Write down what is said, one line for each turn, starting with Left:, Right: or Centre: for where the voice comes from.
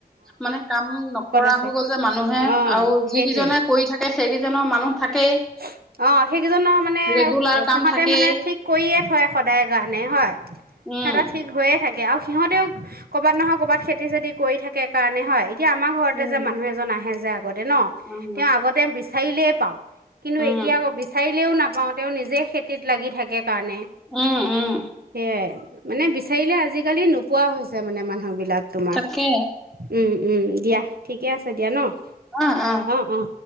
Centre: মানে কাম নকৰা
Right: আছে
Centre: হৈ গ'ল যে মানুহে
Right: অঁ
Centre: আৰু
Right: সেইটোৱে
Centre: যিকেইজনে কৰি থাকে। সে সেইকেইজনৰ মানুহ থাকেই।
Right: অ', সেইকেইজনৰ মানে
Centre: ৰেগুলাৰ কাম
Right: সিহঁতে
Centre: থাকেই
Right: মানে ঠিক কৰিয়ে থয়, সদায় কাৰণে হয়। সিহঁতৰ
Centre: উম
Right: ঠিক হৈয়ে থাকে আৰু সি সিহঁতেও ক'ৰবাত নহয় ক'ৰবাত খেতি-চেতি কৰি থাকে কাৰণে হয়। এতিয়া আমাৰ ঘৰতে
Centre: উম
Right: যে মানুহ এজন আহে যে আগতে ন।
Centre: উম
Right: তেওঁ আগতে বিশ চাৰিলেয়ে পাওঁ। কিন্তু
Centre: উম
Right: এই এতিয়া আকৌ বিচাৰিলেও নাপ পাওঁ তেওঁ নিজে খেতিত লাগি থাকে। কাৰণে
Centre: উম উম
Right: সেইয়াই। মানে বিশ ঠাৰিললৈ আজিকালি নোপোৱা হৈছে। মানে মানুহ বিলাক। তোমাৰ
Centre: তাকে
Right: উম উম দিয়া ঠিকে আছে দিয়া ন।
Centre: অ', অ'।
Right: অঁ অঁ